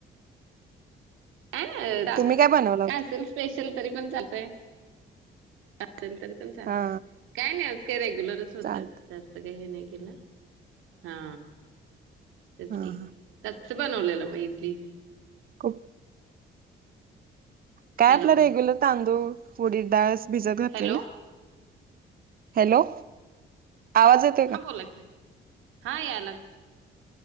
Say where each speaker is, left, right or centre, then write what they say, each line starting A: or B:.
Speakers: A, on the right; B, on the right.
A: का ना
B: तुम्ही काय बनवला होत
A: काय असेल स्पेशल तरी पण चालतय. असेल तरी पण चाल
B: हा
A: काय नाही आज काय रेग्युलरच होतं
B: चालत
A: जास्त. हे नाही केलं हा तेच
B: हा
A: की.
B: हा
A: ते बनवलेलं मग इडली?
B: खूप काय
A: हॅलो,
B: आपला रेग्युलर तांदूळ उडी डाळस भिजत घातलेल.
A: हॅलो
B: हॅलो. आवाज येतो?
A: हा बोला की हा यालाग.